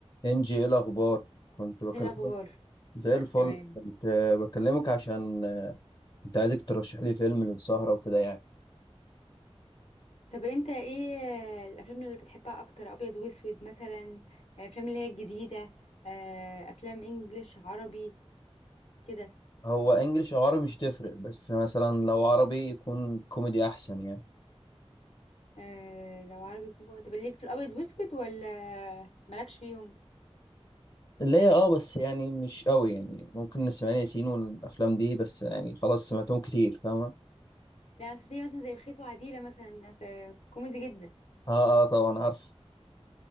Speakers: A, on the left; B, on the left.
A: انجي ايه الاخبار كنت بكلمك
B: ايه الاخبار
A: زي الفل
B: تمام
A: كنت آه، بكلمك عشان آه، كنت عايزك ترشح لي فيلم للسهرة وكده يعني
B: طب انت ايه الافلام اللي بتحبها اكتر ابيض واسود مثلا افلام اللي هي الجديده آه، افلام انجليش عربي كده
A: هو انجليش او عربي مش تفرق بس مثلا لو عربي يكون كوميدي احسن يعني
B: آه، لو عربي يكون جوه طب ليك في الابيض واسود ولا مالكش فيهم
A: اللي هي اه بس يعني مش قوي يعني ممكن نسمع لي ياسين والافلام دي بس يعني خلاص سمعتهم كتير فاهمة
B: لا بس في مثلا زي بخيت وعديله مثلا ده في كوميدي جدا
A: اه اه طبعا عارف